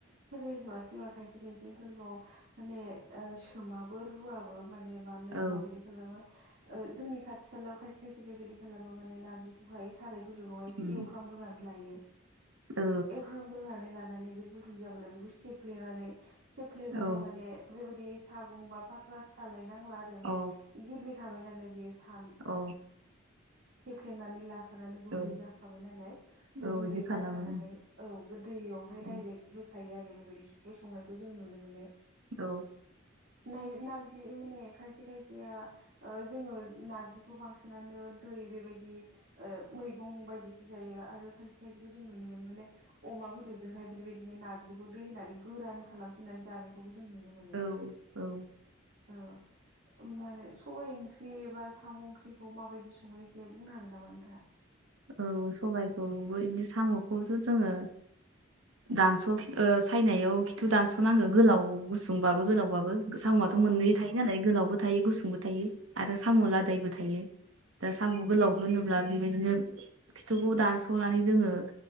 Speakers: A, on the right; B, on the right.
A: सोरबा जेनेबा खायसे खायसे ओनसोलफ्राव माने सोमाबो रुवाबो माने मानो
B: औ
A: माबायदि खालामो जोंनि खाथि खालायाव खायसे खायसे बेबायदि खालामो माने नारजिखौहाय साराय गुदुावहाय एसे
B: उम,
A: एवफ्रामग्रोनानै लायो
B: औ
A: एवफ्रामग्रोनानै लानानै बे गुदुं जाब्ला बेखौ सिफ्लेनानै सेफ्लेबाथाय
B: औ
A: माने बेबायदि सागं बा फाख्रा सालायनो नांला आरो माने
B: औ
A: गेब्लेखाबाय नालाय बेयो सा
B: औ
A: सेफ्लेनानै लाखानानै गुन्दै
B: औ
A: जाखाबाय नालाय बे
B: औ
A: गुन्दै
B: बिदि खालामो
A: जाखा नालाय औ बे दैयावहाय डाइरेक्ट
B: औ
A: होखायो आरो बेबायदि संनायखौ जोंङो नुनो मोनो
B: औ
A: माने खायसे खायसेआ ओ जोङो नारजि खौ बांसिनानो दै बेबायदि ओ मैगं बायदिसो जायो आरो खायसे खायसेखौ जों नुनो मोन मोनो माने अमा बेदरजोंहाय बेदिबायदिनो नारजिखौ दै होनानै गोरान खालामफिननानै जानायखौ जों नुनो मोनो
B: औ औ
A: औ माने सबाय ओंख्रि बा साम' ओंख्रि खौ माबायदि सङो एसे बुंनो हागोन नामा नोंथाङा
B: औ सबायखौबो बिदि साम'खौथ' जोङो दान्स ओ सायनायाव थु दानस'नागौ गोलाव गुसुंबाबो गोलावबाबो साम'आथ'
A: औ
B: मोननै थायो नालाय गोलावबो थायो गुसुं बो थायो आरो साम' लादायबो थायो दा साम' गोलावखौ होनोब्ला बेबायदिनो खिथुखौ दानस'नानै जोङो